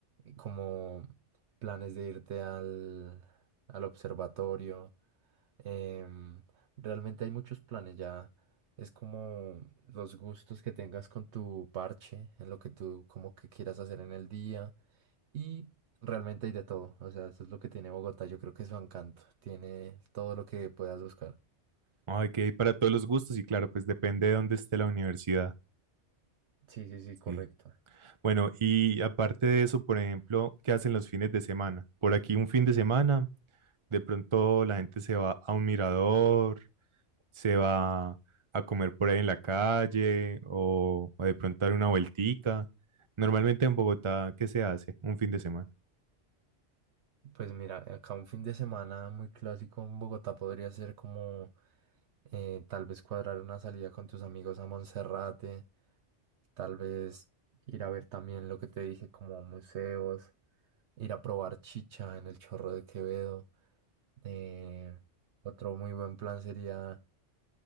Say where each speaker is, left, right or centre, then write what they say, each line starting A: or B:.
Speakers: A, on the right (about 70°); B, on the right (about 35°).
A: como planes de irte al, al observatorio Em, realmente hay muchos planes, ya es como los gustos que tengas con tu parche, en lo que tú como que quieras hacer en el día y realmente hay de todo, o sea, eso es lo que tiene Bogotá, yo creo que es su encanto, tiene todo lo que puedas buscar.
B: Ay, que hay para todos los gustos y claro, pues depende de dónde esté la universidad.
A: Sí, sí, sí, correcto.
B: Sí. Bueno, y aparte de eso, por ejemplo, ¿qué hacen los fines de semana? Por aquí un fin de semana, de pronto la gente se va a un mirador, se va a comer por ahí en la calle o, o de pronto dar una vueltica. Normalmente en Bogotá, ¿qué se hace un fin de semana?
A: Pues mira, acá un fin de semana muy clásico en Bogotá podría ser como eh, tal vez cuadrar una salida con tus amigos a Monserrate, tal vez ir a ver también lo que te dije como museos, ir a probar chicha en el Chorro de Quevedo. eh, otro muy buen plan sería